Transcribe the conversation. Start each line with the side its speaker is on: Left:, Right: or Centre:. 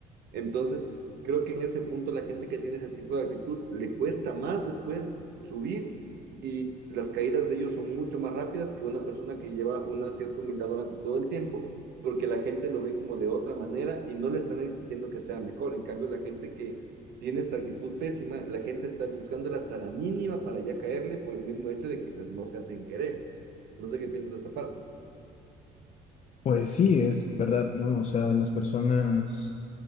Right: entonces, creo que en ese punto la gente que tiene ese tipo de actitud le cuesta más después subir y las caídas de ellos son mucho más rápidas que una persona que lleva una cierta humildad durante todo el tiempo, porque la gente lo ve como de otra manera y no le están exigiendo que sea mejor. En cambio, la gente que tiene esta actitud pésima, la gente está buscándola hasta la mínima para ya caerle por el mismo hecho de que pues no se hacen querer. No sé qué piensas de esa parte.
Left: Pues sí, es verdad, ¿no? O sea, las personas...